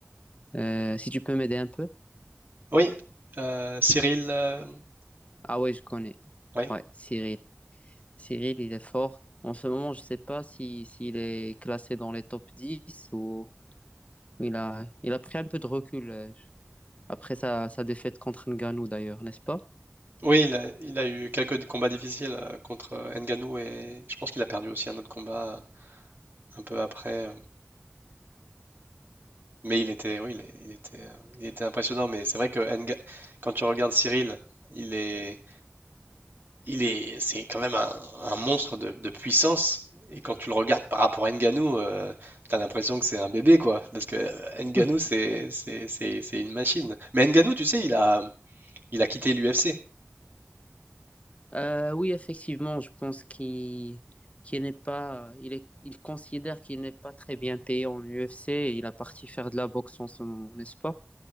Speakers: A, on the left; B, on the right.
A: euh, si tu peux m'aider un peu.
B: Oui, euh, Cyril, euh,
A: Ah ouais, je connais.
B: ouais.
A: Ouais, Cyril. Cyril, il est fort. En ce moment, je ne sais pas si, s'il est classé dans les top 10 ou il a, il a pris un peu de recul euh, après sa, sa défaite contre Ngannou d'ailleurs, n'est-ce pas?
B: Oui, il a, il a eu quelques combats difficiles euh, contre euh, Ngannou et je pense qu'il a perdu aussi un autre combat euh, un peu après. euh, Mais il était, oui, il, est- il était, euh, il était impressionnant. Mais c'est vrai que Nga- quand tu regardes Cyril, il est, Il est, c'est quand même un, un monstre de, de puissance. Et quand tu le regardes par rapport à Ngannou, euh, t'as l'impression que c'est un bébé, quoi. Parce que euh, Ngannou,
A: <laughs>
B: c'est, c'est, c'est, c'est une machine. Mais Ngannou, tu sais, il a, il a quitté l'UFC.
A: Euh, oui, effectivement, je pense qu'il qu'il n'est pas, il est, il considère qu'il n'est pas très bien payé en UFC et il a parti faire de la boxe en ce moment, n'est-ce pas?